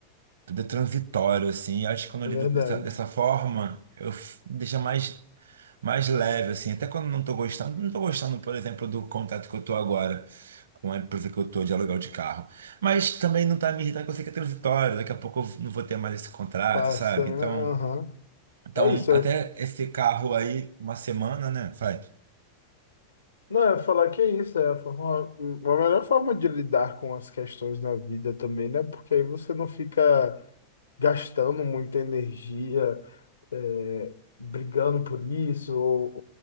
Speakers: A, on the right; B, on the left.
A: Tudo é transitório, assim. E acho que quando eu
B: é
A: lido
B: verdade.
A: dessa, dessa forma, eu f- deixa mais, mais leve, assim. Até quando não tô gostando, não tô gostando, por exemplo, do contato que eu tô agora com a empresa que eu tô de aluguel de carro. Mas também não tá me irritando, porque eu sei que é transitório, daqui a pouco eu não vou ter mais esse contrato,
B: Passa,
A: sabe?
B: né?
A: Então.
B: Aham.
A: Então,
B: É isso.
A: até
B: é-
A: esse carro aí, uma semana, né? Faz.
B: Não, eu ia falar que é isso, é a forma, a melhor forma de lidar com as questões na vida também, né? Porque aí você não fica gastando muita energia, é, brigando por isso, ou,